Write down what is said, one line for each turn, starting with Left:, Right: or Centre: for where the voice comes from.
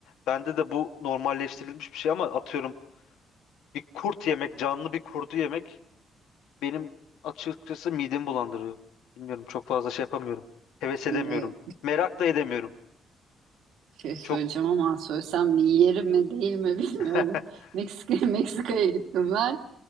Left: bende de bu normalleştirilmiş bir şey ama atıyorum bir kurt yemek, canlı bir kurdu yemek benim açıkçası midemi bulandırıyor. Bilmiyorum çok fazla şey yapamıyorum. Heves
Right: Şimdi
Left: edemiyorum. Merak da edemiyorum.
Right: Şey söyleyeceğim
Left: Çok
Right: ama söylesem mi yerim mi değil mi bilmiyorum.
Left: <laughs>
Right: <laughs> Meksika Meksika'ya gittim ben.